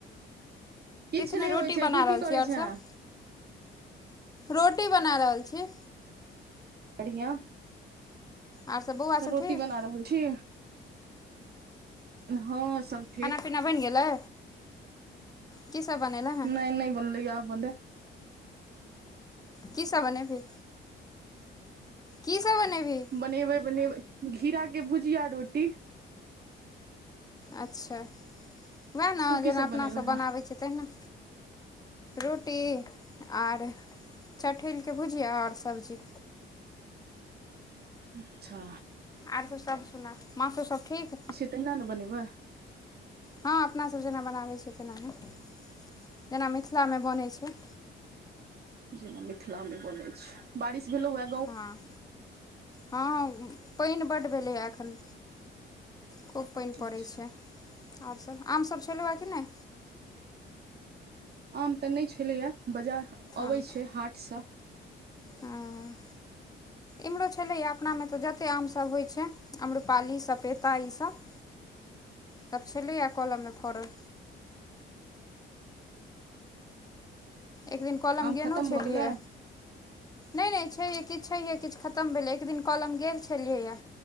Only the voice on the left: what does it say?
नहि
रोटी
बना
रहल
छी आओर
सब रोटी बना रहल छी
आर सब बौआ सब
ठीक
खाना पीना बनि गेलै की सब बनेलै हँ
की सब बने भी की सब बने भी
अच्छा उएह ने
जेना
अपनासब
बनाबै छियै तेहि ने रोटी आर चठेलके भुजिया ओर सब्जी
आर सब सभ सुनाह माँ सब ठीक
हँ अपनासब जेना बनाबैत छै तेनाह जेना मिथिलामे बनैत छै
हँ हँँ पाइन बड्ड भेलैए एखन खूब पइन
पड़ैत छै आओरसभ आमसभ छलहुँ हेँ कि नहि
आम
हँ इम्हरो छलैए अपना में तऽ जतेक आमसभ होइत छै आम्रपाली सपेता ईसभ सब छलैए कलम में फड़ल एक दिन कॉलम
गलो
छलिह
नै नै छैहे किछु छैहे किछु खतम भेलै एक दिन कलम गेल छलियैए